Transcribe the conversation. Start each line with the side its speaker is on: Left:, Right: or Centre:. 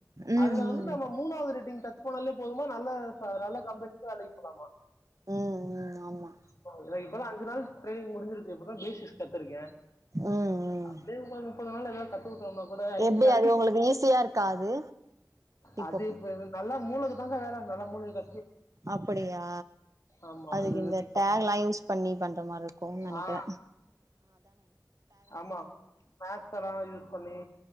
Right: ம்
Left: அதுல வந்து
Right: ம்
Left: நம்ம மூணாவது ரேட்டிங்க சர்ச் கோல்லிப் போதுமா நல்ல அ நல்ல கம்பெனிக் வேலைக்கு போலாமா
Right: ம் ம் ஆமா
Left: ப்போ இல்ல இப்பதா அஞ்சு நாள் ட்ரய்னிங் முடி முடிஞ்சிருக் இப்பதா பீச் கத்துருக்கே
Right: ம் ம்
Left: அப்படியே ஒரு முப்பது நாள் எதாவது சத்துஸ் ஒங்க கூட ஐ
Right: எப்டி
Left: டி ஐ
Right: அது
Left: டி
Right: உங்களுக்கு
Left: பீல்ட்ல ட்ரை
Right: ஈஸியா இருக்கா அது இப்போ
Left: அது இப்ப நல்ல மூள இவங்க வேல நல்லா மூளைக
Right: அப்படியா
Left: ஆமா
Right: அதுக்கு
Left: அது இது
Right: இந்த
Left: இப்ப-
Right: டேக்லா யூஸ் பண்ணி பண்ற மாரி இருக்குனு நெனைக்கிற
Left: ஆ ஆமா மேக்ஸ்லா யூஸ் பண்ணி